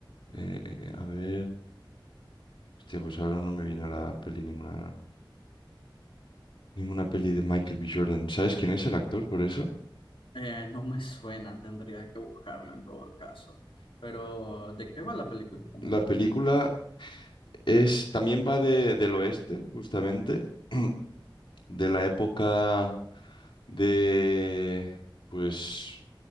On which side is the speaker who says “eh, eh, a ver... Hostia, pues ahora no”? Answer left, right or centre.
Left